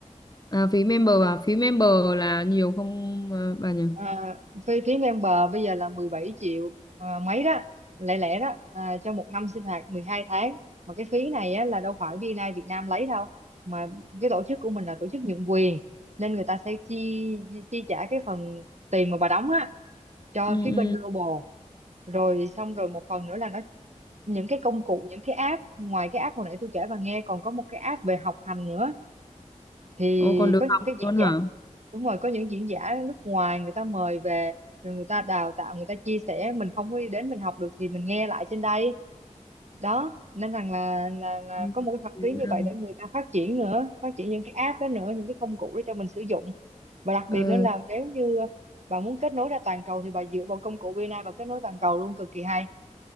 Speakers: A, on the left; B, on the right.
A: à phí member à phí member là nhiều không ờ, bà nhỉ
B: à, phí phí ven bờ bây giờ là 17 triệu à, mấy đó lẻ lẻ đó à, cho một năm sinh hoạt mười hai tháng mà cái phí này á, là đâu phải BNI Việt Nam lấy đâu mà cái tổ chức của mình là tổ chức nhượng quyền nên người ta sẽ chi chi trả cái phần tiền mà bà đóng á cho
A: ừ
B: phía bên
A: ừ.
B: global rồi xong rồi một phần nữa là nó những cái công cụ những cái app ngoài cái app hồi nãy tôi kể bà nghe còn có một cái app về học hành nữa thì
A: Ồ, còn được
B: có
A: học
B: những cái diễn
A: luôn
B: giả
A: hả
B: đúng rồi có những diễn giả nước ngoài người ta mời về rồi người ta đào tạo người ta chia sẻ mình không có đến mình học được thì mình nghe lại trên đây đó nên rằng là, là, là
A: Ừ.
B: có một cái hoạt
A: Thế
B: lý như
A: là-
B: vậy để người ta phát triển nữa phát triển những cái app đó nữa những cái công cụ đó cho mình sử dụng và đặc
A: ừ
B: biệt nữa là nếu như bà muốn kết nối ra toàn cầu thì bà dựa vào công cụ VNA và kết nối toàn cầu luôn cực kỳ hay